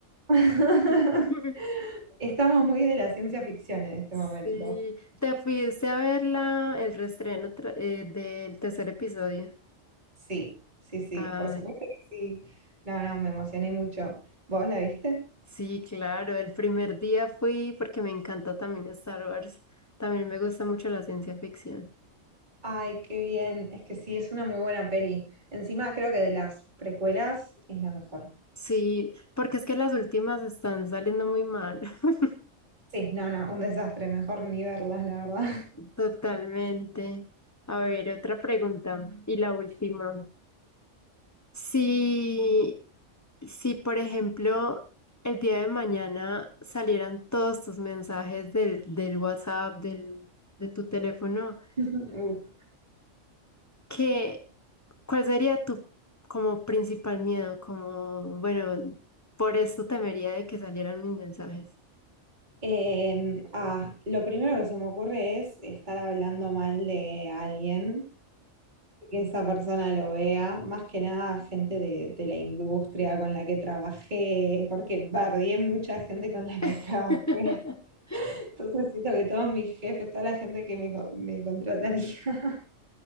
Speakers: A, on the right; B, on the left.
A: <laughs>
B: <laughs>
A: Estamos muy de la ciencia ficción en este
B: Sí,
A: momento.
B: te fuiste a ver la, el reestreno tra- eh, del tercer episodio.
A: Sí, sí, sí,
B: Ay,
A: por supuesto que sí. No, no, me emocioné mucho. ¿Vos la viste?
B: sí, claro, el primer día fui porque me encanta también Star Wars. También me gusta mucho la ciencia ficción.
A: Ay, qué bien. Es que sí, es una muy buena peli. Encima creo que de las precuelas es la mejor.
B: Sí, porque es que las últimas están saliendo muy mal. <laughs>
A: Sí, no, no, un desastre. Mejor ni verlas, la verdad.
B: Totalmente. A ver, otra pregunta. Y la última. Si, si, por ejemplo, el día de mañana salieran todos tus mensajes del, del WhatsApp, del, de tu teléfono,
A: <laughs> Uf.
B: ¿qué, cuál sería tu como principal miedo? Como, bueno, por esto temería de que salieran mis mensajes.
A: Eh, ah, lo primero que se me ocurre es estar hablando mal de alguien, que esa persona lo vea, más que nada gente de, de la industria con la que trabajé, porque bardié mucha gente con la que
B: <laughs>
A: trabajé. <laughs> Entonces siento que todos mis jefes, toda la gente que me, co- me contrataría.